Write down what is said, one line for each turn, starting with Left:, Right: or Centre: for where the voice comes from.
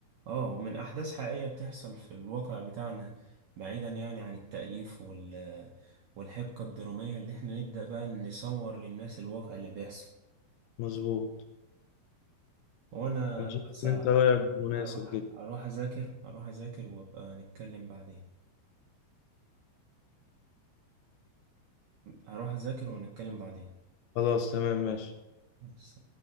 Right: اه ومن احداث حقيقية بتحصل في الواقع بتاعنا بعيدا يعني عن التأليف وال والحبكة الدرامية اللي احنا نبدأ بقى نصور للناس الواقع اللي بيحصل
Left: مظبوط
Right: وانا
Left: انا
Right: انا
Left: شايف
Right: بس
Left: ان
Right: ه-
Left: انت رأيك
Right: انا
Left: مناسب
Right: اروح
Left: جدا
Right: اروح اذاكر اروح اذاكر وابقى نتكلم بعدين هروح اذاكر ونتكلم بعدين
Left: خلاص تمام ماشي
Right: بس